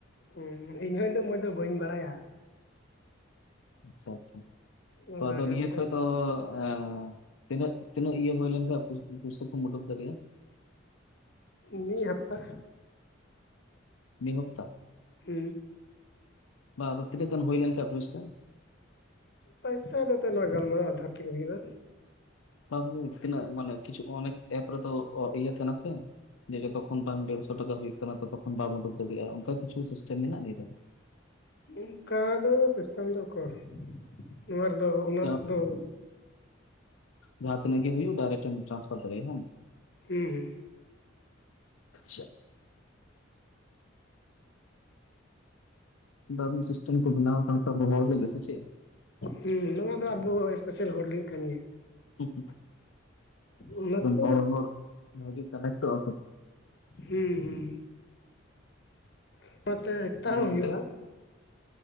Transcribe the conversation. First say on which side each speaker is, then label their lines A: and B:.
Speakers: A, on the left (about 55°); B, on the left (about 80°).
A: ᱦᱩᱸ ᱤᱧ ᱦᱚ ᱩᱱᱟ. ᱜ ᱢᱚᱡᱽ ᱫᱚ ᱵᱟᱹᱧ ᱵᱟᱲᱟᱭᱟ
B: ᱟᱪᱪᱷᱟ ᱟᱪᱪᱷᱟ
A: ᱚᱱᱟᱫᱚ
B: ᱛᱚ ᱟᱫᱚ ᱱᱤᱭᱟᱹ
A: ᱡᱟᱱᱠᱷᱟᱱ
B: ᱠᱷᱚᱡ ᱫᱚ ᱦᱮ ᱛᱤᱱᱟᱹᱜ ᱛᱤᱱᱟᱹᱜ ᱤᱭᱟᱹ ᱦᱩᱭ ᱞᱮᱱ ᱠᱷᱟᱱ ᱯᱩᱭᱥᱟᱹ ᱠᱚᱢ ᱩᱰᱳᱠ ᱫᱟᱲᱮᱭᱟᱜᱼᱟ
A: ᱢᱤᱫ ᱦᱟᱯᱛᱟ
B: ᱢᱤᱫ ᱦᱚᱯᱛᱟ
A: ᱦᱩᱸ
B: ᱵᱟ ᱟᱫᱚ ᱛᱤᱱᱟᱹᱜ ᱜᱟᱱ ᱦᱩᱭ ᱞᱮᱱ ᱠᱷᱟᱱ ᱯᱩᱭᱥᱟᱹ
A: ᱯᱚᱭᱥᱟ ᱫᱚ ᱛᱚ ᱱᱚᱣᱟ ᱜᱟᱞᱢᱟᱨᱟᱣ ᱟᱫᱷᱟᱨ ᱛᱮ ᱜᱮ ᱦᱩᱭᱩᱜ ᱟ
B: ᱵᱟᱝ ᱜᱮ ᱛᱤᱱᱟᱹᱜ ᱢᱟᱱᱮ ᱠᱤᱪᱷᱩ ᱚᱱᱮ ᱮᱯ ᱨᱮᱫᱚ ᱤᱭᱟᱹ ᱛᱟᱦᱮ ᱱᱟᱥᱮ ᱡᱮ ᱡᱚᱛᱚ ᱠᱷᱚᱱ ᱵᱟᱝ ᱰᱮᱲᱥᱚ ᱴᱟᱠᱟ ᱦᱩᱭᱩᱜ ᱠᱟᱱᱟ ᱛᱚᱛᱚᱠᱷᱚᱱ ᱵᱟᱢ ᱩᱰᱩᱠ ᱫᱟᱲᱮᱭᱟᱜᱼᱟ ᱚᱱᱠᱟ ᱠᱤᱪᱷᱩ ᱥᱤᱥᱴᱮᱢ ᱢᱮᱱᱟᱜᱼᱟ ᱱᱤᱭᱟᱹ ᱨᱮ
A: ᱚᱱᱠᱟ ᱫᱚ ᱥᱤᱥᱴᱮᱢ ᱫᱚ ᱩᱠᱩᱨ ᱱᱚᱣᱟ ᱨᱮ ᱫᱚ ᱩᱱᱟᱹᱜ
B: ᱡᱟᱦᱟᱸ
A: ᱫᱚ
B: ᱡᱟᱦᱟᱸ ᱛᱤᱱᱟᱹᱜ ᱜᱮ ᱦᱩᱭᱩᱜ ᱰᱟᱭᱨᱮᱴ ᱮᱢ ᱴᱟᱱᱥ ᱯᱷᱟᱨ ᱫᱟᱲᱮᱭᱟᱜᱼᱟ ᱵᱟᱝ
A: ᱦᱩᱸ ᱦᱩᱸ
B: ᱟᱪᱪᱷᱟ ᱫᱟᱨᱩᱱ ᱥᱤᱥᱴᱮᱢ ᱠᱚ ᱵᱮᱱᱟᱣ ᱠᱟᱱ ᱛᱟᱵᱚ ᱦᱚᱲ ᱞᱟ. ᱜᱤ ᱥᱮᱪᱮᱫ
A: ᱦᱮᱸ ᱱᱚᱶᱟ ᱫᱚ ᱟᱵᱚ ᱥᱯᱮᱥᱟᱞ ᱦᱚᱲ ᱞᱟᱹᱜᱤᱫ ᱠᱟᱱ ᱜᱮᱭᱟ
B: <unintelligible>
A: ᱚᱱᱟᱛᱮ
B: ᱦᱚᱲ ᱠᱚ ᱵᱷᱟᱜᱮ ᱠᱟᱱᱮᱴ ᱳᱜ ᱟ ᱠᱚ
A: ᱦᱩᱸ ᱦᱩᱸ <unintelligible> ᱮᱠᱛᱟ
B: ᱫᱤᱭᱮ
A: ᱦᱚᱸ ᱦᱩᱭᱩᱜᱼᱟ
B: ᱚᱱᱛᱮ